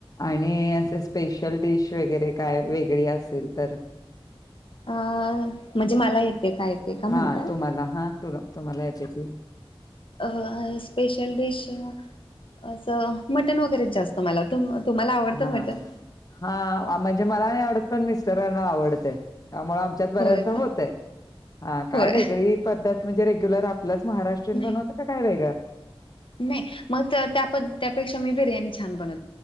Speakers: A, on the left; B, on the left.
A: नही अस् स त्या वेळी डिस वगैरे काय वेगळी असेल तर
B: अं म्हणजे मला येते काय येते का म्हणताय
A: हा तुम्हाला हा तुला तुम्हाला येते की
B: अ स्पेशल डिश असं मटन वगैरेच जास्त मला तुम तुम्हाला आवडतं
A: हा
B: मटण
A: हा म्हणजे मला नाही आवडत पण मिस्टरांना आवडतय यामुळे आमच्यात बऱ्याचदा
B: होय का
A: होतय हा काय
B: होय
A: वेगळी पद्धत म्हणजे रेग्युलर आपलंच महाराष्ट्रीइन
B: नाही
A: बनवतं का काय वेगळं
B: नाही मग त त्या प त्यापेक्षा मी बिर्याणी छान बनव